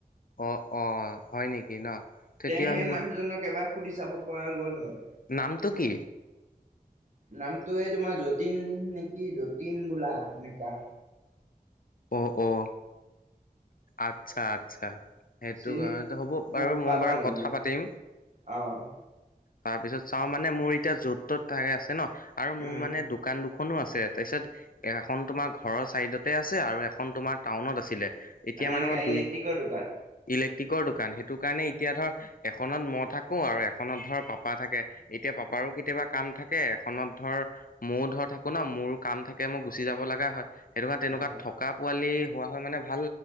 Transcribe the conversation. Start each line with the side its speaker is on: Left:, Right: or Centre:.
Left: অ - অ হয় নেকি ন। তেতিয়াহ'লে
Right: তে সেই মানুহজনক এবাৰ সুধি চাব পৰা গ'ল হয়।
Left: নামটো কি
Right: নামটো এই তোমাৰ যতীন নেকি যতীন বোলা এনেকা।
Left: অ - অ, আচ্ছা - আচ্ছা। সেইটো
Right: চিনি
Left: কাৰণেতো হ'ব বাৰু মই
Right: পাবা
Left: বাৰু
Right: নেকি?
Left: কথা পাতিম।
Right: অ',
Left: তাৰপিছত চাও মানে মোৰ এতিয়া য'ত ত'ত থাকে আছে ন আৰু মোৰ
Right: উম,
Left: মানে দোকান দান খনো আছে তাৰপিছত এখন তোমাৰ ঘৰৰ চাইডতে আছে আৰু এখন তোমাৰ টাউনত আছিলে। এতিয়া মানে
Right: এনেকা
Left: মই দুই
Right: ইলেক্ট্ৰিকৰ দোকান
Left: ইলেক ৰ দোকান সেইটো কাৰণে এতিয়া ধৰ এখনত মই থাকো আৰু এখনত ধৰ পাপা থাকে। এতিয়া পাপা আৰু কেতিয়াবা কাম থাকে এখনত ধৰ ময়ও ধৰ থাকো ন মোৰো কাম থাকে মই গুচি যাব লগা হয়। সেইটো কাৰণে তেনেকুৱা
Right: অ'।
Left: থকা পোৱালি হোৱা হয় মানে ভাল